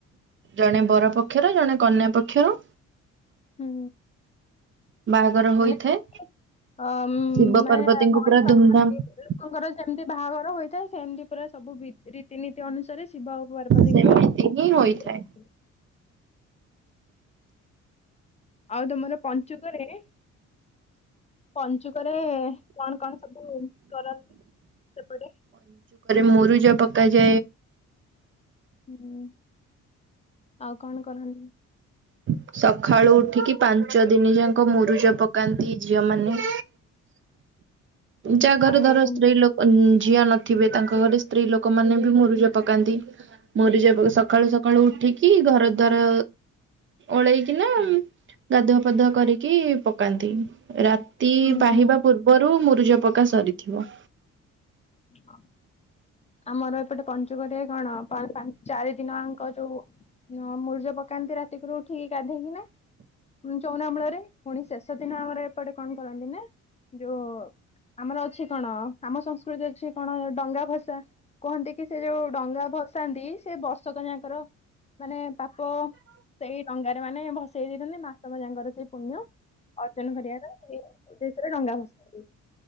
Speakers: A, on the right; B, on the left.
A: ଜଣେ ବର ପକ୍ଷର ଜଣେ କନ୍ୟା ପକ୍ଷର।
B: ହୁଁ।
A: ଆର ହୋଇଥାଏ।
B: ମାନେ ଅ
A: ଶିବ
B: ମାନେ
A: ପାର୍ବତୀଙ୍କୁ
B: ମଣିଷ
A: ପୁରା ଧୁମଧାମ
B: ମାନେ ଲୋକଙ୍କର ଯେମିତି ବାହାଘର ହୋଇଥାଏ। ସେମତି ପାରା ସବୁ ରିତି ନୀତି ଅନୁସାରେ ଶିବ ଓ ପାରପନ୍ଦୀଙ୍କର
A: ସେମିତି ହିଁ ହୋଇଥାଏ।
B: ହୁଁ। ଆଉ ତମର ପଞ୍ଚୁକରେ ପଞ୍ଚୁକରେ କଣ କଣ ସବୁ କରନ୍ତି ସେପଟେ?
A: ମୋରୁ ଯା ପକାାଯଏ।
B: ହୁଁ ଆଉ କଣ କରନ୍ତି?
A: ସବୁ। ସଖାଳୁ ଉଠିକି ପାଞ୍ଚ ଦିନ ଯାକ ମୁରୁଜ ପକାନ୍ତି ଝିଅ ମାନେ ଯାହା ଘରେ
B: ଆଉ
A: ଧର ସ୍ତ୍ରୀ ଲୋକ ଝିଅ ନଥିବେ ତାଙ୍କ ଘରେ ସ୍ତ୍ରୀ ଲୋକ ମାନେ ବି ମରିଜ ପକାନ୍ତି ମରିଜ ସକାଳୁ ସକାଳୁ ଉଠିକି ଘର ଦଵାର ଓଳେଇକି ନା ଗାଧୁଆ ଫଧ କରିକି ପକାନ୍ତି। ରାତି
B: ହୁଁ
A: ପାହିବା
B: ହୁଁ
A: ପୂର୍ବରୁ ମୁରୁଜ ପକା ସରିଥିବ।
B: ହଁ। ଆମର ଏପଟେ ପଞ୍ଚକଆ କଣ ଚାରି ଦିନଜାଙ୍କ ଯୋଉ ହ ମୂରିଜ ପକାନ୍ତି ରାତିକୁରୁ ଠିକ ଗାଧେଇକି ନା। ଚଉନାମୂଳରେ ପୁଣି ଶେଷ ଦିନ ଆମର ଏପଟେ କଣ କରନ୍ତି ନ? ଯୋଉ ଆମର ଅଛି କଣ ଆମ ସଂସ୍କୃତି ଅଛି କଣ ଡଙ୍ଗା ଭାଷା। କୁହନ୍ତି କି ସେ ଯୋଉ ଡଙ୍ଗା ଭସାନ୍ତି ସେ ବର୍ଷକ ଯାଙ୍କର ମାନେ ପାପ ସେଇ ଡଙ୍ଗାରେ ମାନେ ଭସେଇ ଦେଇଛନ୍ତି ମାସଙ୍କ ଯାଙ୍କର ସେଇ ପୁଣ୍ୟ ଅର୍ଜନ କରିବାର ସେ ଉଦେଶରେ ଡଙ୍ଗା ଭସନ୍ତି